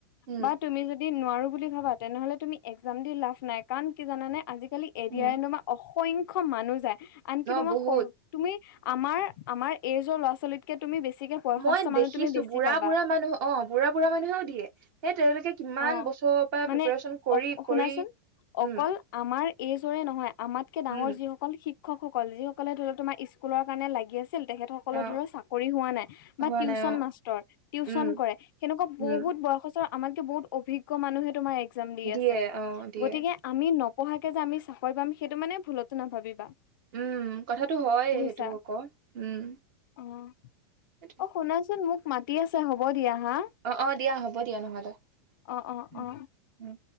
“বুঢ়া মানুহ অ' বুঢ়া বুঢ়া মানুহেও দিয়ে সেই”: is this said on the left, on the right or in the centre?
Right